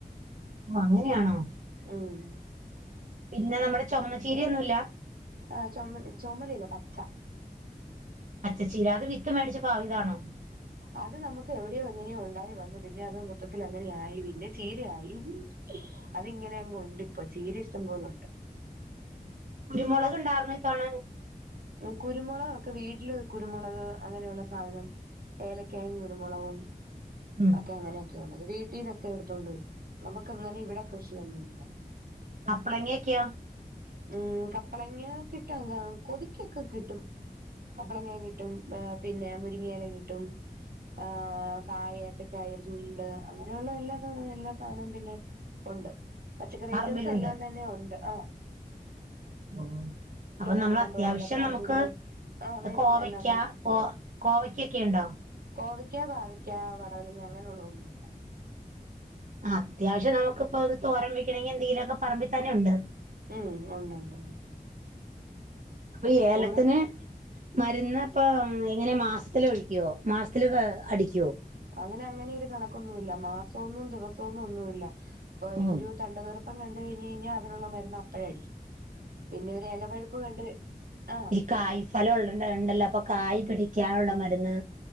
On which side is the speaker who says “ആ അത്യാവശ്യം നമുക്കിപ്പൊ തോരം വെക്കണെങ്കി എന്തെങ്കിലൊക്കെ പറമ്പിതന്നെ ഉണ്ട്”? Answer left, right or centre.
Right